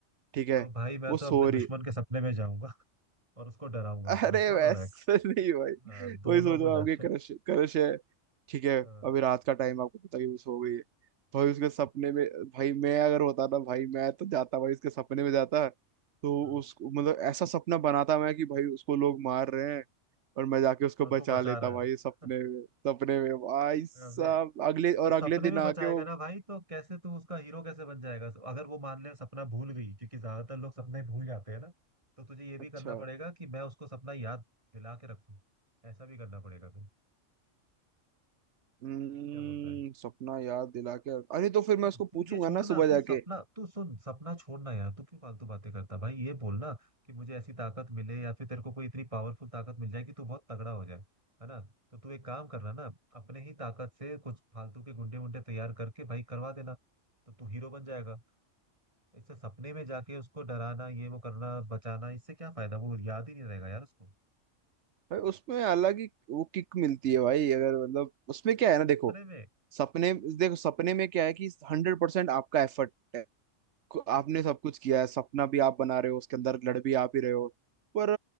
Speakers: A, on the right; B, on the right.
A: ठीक है
B: तो भाई मैं
A: वो
B: तो
A: सो
B: अपने दुश्मन
A: रही
B: के सपने में जाऊंगा <laughs> और उसको डराऊंगा
A: अरे
B: दुश्मन
A: वैसे
B: और एक्स
A: नहीं भाई
B: अ, दोनों
A: वही सोचो
B: को जाके
A: आपकी क्रश क्रश है ठीक है
B: हाँ
A: अभी रात का टाइम आपको पता कि वो सो गई है भाई उसके सपने में भाई मैं अगर होता ना भाई मैं तो जाता भाई उसके सपने में जाता तो
B: हाँ
A: उसको मतलब ऐसा सपना बनाता मैं कि भाई उसको लोग मार रहे हैं और मैं जाके उसको
B: और
A: बचा
B: तू बचा
A: लेता
B: रहा
A: भाई सपने
B: है
A: में सपने में भाई साहब
B: <laughs> अबे
A: अगले
B: तो
A: और
B: सपने
A: अगले दिन
B: में बचाएगा
A: आके वो
B: ना भाई तो कैसे तू उसका हीरो कैसे बन जाएगा अगर वो मान ले सपना भूल गई क्योंकि ज्यादातर लोग सपने भूल जाते हैं ना तो तुझे ये
A: अच्छा
B: भी करना पड़ेगा कि मैं उसको सपना याद दिला के रखूं ऐसा भी करना पड़ेगा फिर
A: हम्म
B: क्या बोलता है
A: सपना याद दिला के अरे तो फिर मैं
B: यार
A: उसको
B: तू
A: पूछूंगा
B: ये छोड़ना
A: ना सुबह
B: तू
A: जाके
B: सपना तू सुन सपना छोड़ना यार तू क्यों फालतू बातें करता भाई ये बोलना कि मुझे ऐसी ताकत मिले या फिर तेरे को कोई इतनी पावरफुल ताकत मिल जाए कि तू बहुत तगड़ा हो जाए है ना तो तू एक काम करना ना अपने ही ताकत से कुछ फालतू के गुंडे वुंडे तैयार करके भाई करवा देना तो तू हीरो बन जाएगा इससे सपने में जाके उसको डराना ये वो करना बचाना इससे क्या फायदा वो याद ही नहीं रहेगा यार उसको
A: भाई उसमें अलग ही वो किक मिलती है भाई अगर मतलब उसमें क्या है ना देखो
B: सपने में
A: सपने देखो सपने में क्या है कि हंड्रेड परसेंट आपका एफर्ट है आपने सब कुछ किया है सपना भी आप बना रहे हो उसके अंदर लड़ भी आप ही रहे हो पर